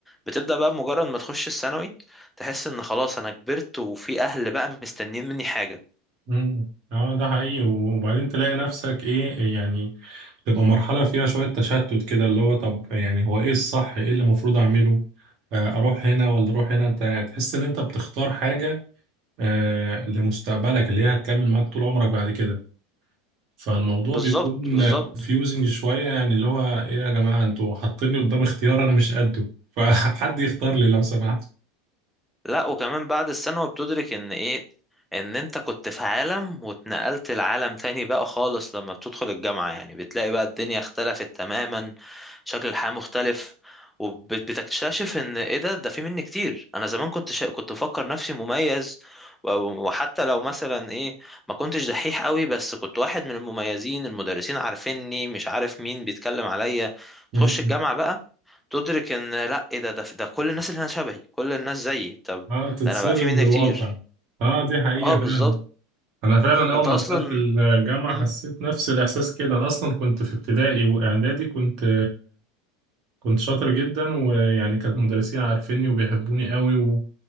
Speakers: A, in the centre; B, on the right.
A: بتبدا بقى مجرد ما تخش الثانوي تحس ان خلاص انا كبرت وفي اهل بقى مستنيين مني حاجه
B: مم. اه ده حقيقي وبعدين تلاقي نفسك ايه يعني تبقى مرحلة فيها شوية تشتت كده اللي هو طب يعني هو ايه الصح ايه اللي المفروض اعمله آه، اروح هنا ولا اروح هنا انت تحس ان انت بتختار حاجة آه، لمستقبلك اللي هي هتكمل معاك طول عمرك بعد كده فالموضوع
A: بالظبط
B: بيكون
A: بالظبط
B: confusing شوية يعني اللي هو ايه يا جماعة انتوا حاطيني قدام اختيار انا مش قده فحد <laughs> يختار لي لو سمحت
A: لا وكمان بعد الثانوي بتدرك ان ايه ان انت كنت في عالم واتنقلت لعالم تاني بقى خالص لما بتدخل الجامعة يعني بتلاقي بقى الدنيا اختلفت تماما شكل الحياة مختلف وبتكتشف ان ايه ده ده في مني كتير انا زمان كنت شا... كنت بفكر نفسي مميز و- وحتى لو مثلا ايه ما كنتش دحيح قوي بس كنت واحد من المميزين المدرسين عارفيني مش عارف مين بيتكلم عليا
B: مم.
A: تخش الجامعة بقى تدرك ان لا ايه ده ده ده كل الناس اللي هنا شبهي كل الناس زيي طب
B: اه تتصدم
A: ده انا بقى في مني
B: بالواقع
A: كتير
B: اه دي حقيقة
A: اه
B: فعلا
A: بالظبط
B: انا فعلا اول
A: انت
B: ما
A: اصلا
B: دخلت الجامعه
A: مم.
B: حسيت نفس الاحساس كده انا اصلا كنت في ابتدائي واعدادي كنت كنت شاطر جدا ويعني كانت مدرسين عارفيني وبيحبوني قوي و...